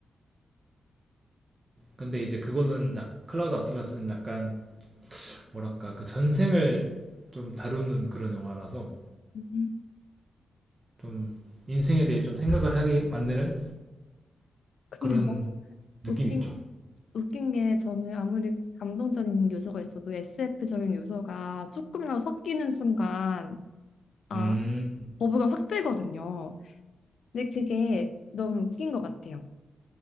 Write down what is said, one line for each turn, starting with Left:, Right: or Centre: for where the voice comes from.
Right: 근데 이제 그거는 약 클라우드 아틀라스는 약간 뭐랄까 그 전생을 좀 다루는 그런 영화라서
Left: 음.
Right: 좀 인생에 대해 좀 생각을 하게 만드는
Left: 근데
Right: 그런
Left: 너무 웃긴,
Right: 느낌이 있죠.
Left: 웃긴 게 저는 아무리 감동적인 요소가 있어도 SF적인 요소가 조금이라도 섞이는 순간 아,
Right: 음.
Left: 거부감 확 들거든요. 근데 그게 너무 웃긴 것 같아요.